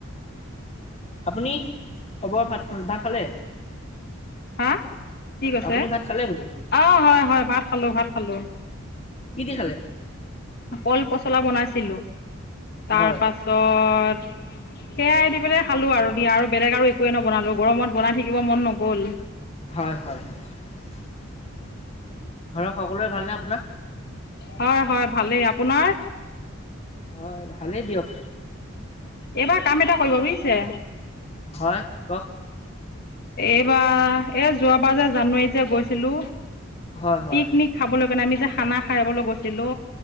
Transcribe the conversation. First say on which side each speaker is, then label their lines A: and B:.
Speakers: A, on the left; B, on the left.
A: আপুনি খবৰ ভাত, ভাত খালে?
B: হা কি কৈছে?
A: আপুনি ভাত খালে বোলো
B: অ' হয়, হয় ভাত খালোঁ, ভাত খালোঁ।
A: কি দি খালে?
B: কল পচলা বনাইছিলোঁ, তাৰপাছত
A: হয়
B: ত সেয়াই দি পেলাই খালোঁ আৰু দিয়া, আৰু বেলেগ আৰু এ একোৱে নবনালোঁ, গৰমত বনাই থাকিব মন নগ'ল।
A: হয় হয়, ঘৰৰ সকলোৰে ভালনে আপোনাৰ?
B: হয় হয় ভালেই, আপোনাৰ?
A: হয় ভালেই দিয়ক।
B: এইবাৰ কাম এটা কৰিব বুজিছে,
A: সেইত' কওক
B: এইবাৰ এই যোৱা বাৰ যে জানুৱাৰীত যে গৈছিলো,
A: হয় হয়
B: পিকনিক খাবলৈ কাৰণে, আমি যে খানা খাবলৈ গৈছিলো,